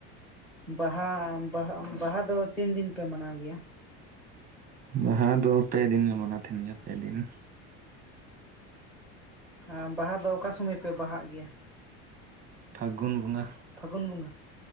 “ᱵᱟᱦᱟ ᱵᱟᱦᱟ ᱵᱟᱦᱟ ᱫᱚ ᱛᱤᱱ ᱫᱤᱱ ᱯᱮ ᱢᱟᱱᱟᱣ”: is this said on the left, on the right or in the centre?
Centre